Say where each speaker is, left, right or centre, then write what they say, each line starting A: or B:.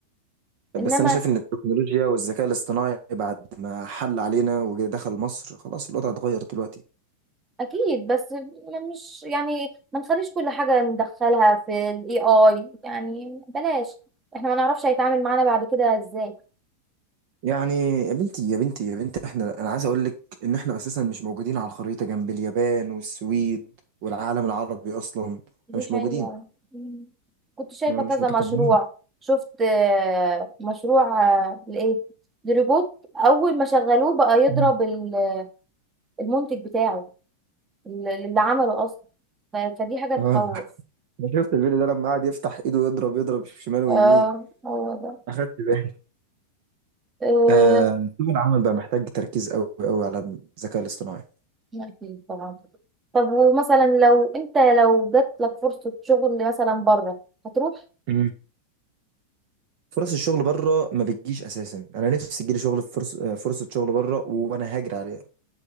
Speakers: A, on the right (about 45°); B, on the right (about 20°).
A: بس
B: انما
A: انا شايف ان التكنولوجيا والذكاء الاصطناعي بعد ما حل علينا ودخل مصر خلاص الوضع اتغير دلوقتي
B: اكيد بس ما- مش يعني ما نخليش كل حاجة ندخلها في الاي اي يعني بلاش احنا ما نعرفش هيتعامل معانا بعد كده ازاي
A: يعني يا بنتي يا بنتي يا بنتي احنا انا عايز اقول لك ان احنا اساسا مش موجودين على الخريطه جنب اليابان والسويد والعالم العربي اصلا
B: دي
A: احنا مش موجودين
B: حقيقة مم. كنت شايفة
A: ما
B: كذا
A: مش متقدمين
B: مشروع شفت آه، مشروع آه، لإيه لروبوت أول ما شغلوه بقى يضرب
A: مم.
B: ال- المنتج بتاعه اللي اللي عمله أصلا ف- فدي حاجة تخوف
A: اه انا شفت الفيديو ده لما قعد يفتح ايده يضرب يضرب شمال ويمين
B: اه هو ده
A: اخدت بالي
B: آه،
A: آه سوق العمل بقى محتاج تركيز قوي قوي على الذكاء الاصطناعي
B: أكيد طبعا طب ومثلا لو انت لو جات لك فرصة شغل مثلا بره هتروح
A: مم. فرص الشغل بره ما بتجيش اساسا انا نفسي تجيلي شغل فرص آه، فرصه شغل بره وانا هاجر عليها